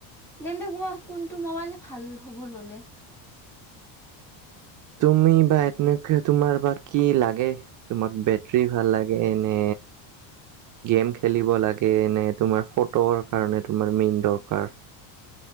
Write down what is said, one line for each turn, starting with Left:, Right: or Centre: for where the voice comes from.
Centre: তেন্তে কোৱা কোনটো মোবাইলে ভাল হ'ব ল'লে।
Right: তুমি বা এনে, তোমাৰ বা কি লাগে, তোমাক বেটৰী ভাল লাগে, নে গেম খেলিব লাগে, নে তোমাৰ ফটোৰ কাৰণে তোমাৰ মেইন দৰকাৰ।